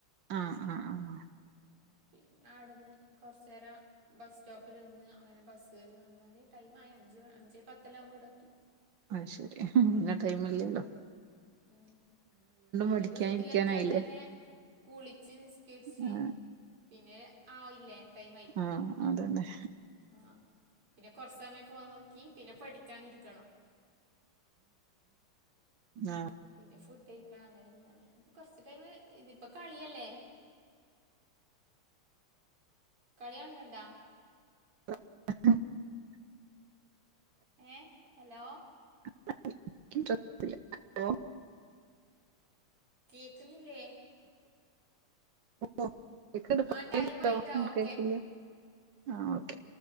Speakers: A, on the right (about 65°); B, on the right (about 85°).
A: ആഹ്, ആഹ്, ആഹ്
B: പിന്നെ ആട്ന്ന് കൊർച്ചേരം ബസ്റ്റോപ്പില്ന്ന് അങ്ങനെ ബസ്സേറി വന്നാല് ടൈമായ അഞ്ച് അഞ്ചേപത്തെല്ലാവ്മ്പോ വ്ടെത്തു
A: അയ്ശെരി, പിന്നെ ടൈമില്ല്യല്ലോ.
B: ഉം, പിന്നെ
A: പഠിക്കാനിരിക്കാനായില്ലേ
B: വീട്ടിലെത്ത്യാതന്നെ കുളിച്ച് നിസ്കേര്ച്ച്
A: ആഹ്
B: പിന്നെ ആയില്ലേ. ടൈമായി.
A: ആഹ് അതന്നെ
B: ആഹ്, പിന്നെ കൊർച്ച്സമയ ഫോൺ നോക്കി പിന്നെ പഠിക്കാനിരിക്കണം.
A: ആഹ്.
B: പിന്നെ ഫുഡെയ്ക്കണം, അങ്ങനെങ്ങനെ പ്പൊ കൊർച്ച് ടൈമ് ഇതിപ്പൊ കളിയെല്ലേ.
A: അം <unintelligible> <inaudible>
B: കളി കാണ്ല്ണ്ടാ?
A: <unintelligible>
B: ഏഹ്. ഹലോ?
A: <unintelligible> ട്രിപ്പില് ഹലോ
B: കേക്ക്ന്നില്ല്യേ?
A: ഓഹ്, കേക്ക്ണ്ട്
B: ആഹ് ടൈം
A: <unintelligible>
B: ആയിട്ടാ ഓക്കെ
A: ആഹ്, ഓക്കെ.